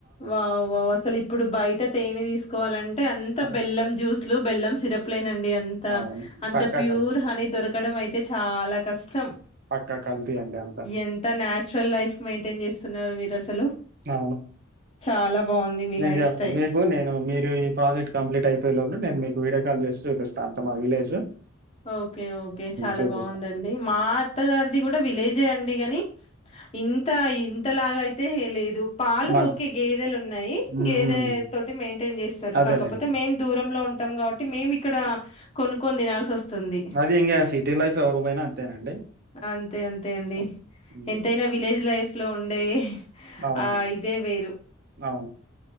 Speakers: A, on the left; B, on the right.
A: వావ్ వావు్ అసలు ఇప్పుడు బయట తేనె తీసుకోవాలంటే అంత
B: ఆ,
A: బెల్లం జ్యూస్లు బెల్లం సిరప్ లేనండి అ
B: అవును
A: అంత
B: పక్కా
A: ప్యూర్
B: కల్తీ
A: హానీ దొరకడం అయితే చాలా కష్టం
B: పక్కా కల్తీ అండి అంతా
A: ఎంత నాచురల్ లైఫ్ మెయింటైన్ చేస్తున్నారు మీరు అసలు
B: అవును
A: చాలా బావుంది మీ
B: నేను
A: లైఫ్
B: చేస్తాను
A: స్టైల్.
B: మీకు నేను మీరు ఈ ప్రాజెక్ట్ కంప్లీట్ అయిపోయేలోపాల నేను మీకు వీడియో కాల్ చేసి చూపిస్తా అంత మా విలేజ్
A: ఓకే ఓకే చాలా
B: చూపిస్తాను
A: బావుందండి మా అత్తగారిది కూడా విలేజే అండి కాని ఇంత ఇంతలాగయితే లేదు పాలు
B: మా
A: ఓకే గేదెలు ఉన్నాయి,
B: ఉమ్,
A: గేదె తోటి మెయింటైన్ చేస్తరు,
B: అదేలేండి
A: కాకపోతే మేం దూరంలో ఉం టం కాబట్టి మేము ఇక్కడ, కొను కొని దినాల్సి వస్ తుంది,
B: అది ఇంకా సిటీ లైఫ్ ఎవరు పోయినా అంతేనండి
A: అంతే అంతే అండి.
B: హ్మ్.
A: ఎంతైనా విలేజ్ లైఫ్ లో ఉండే
B: అవునవును.
A: ఆ ఇదే వేరు.
B: అవును.